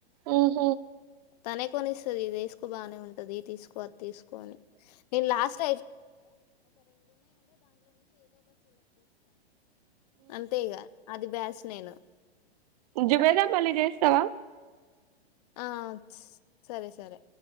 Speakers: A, on the right; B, on the left.
A: ఆహ
B: తనే కొనిస్తుంది ఇది వేసుకో బాగానే ఉంటది తీసుకో అది తీసుకో అని నేను లాస్ట్ అంతే ఇగ అది బ్యాస్ నేను
A: జుబేదా మళ్ళీ చేస్తావా
B: ఆ సరే సరే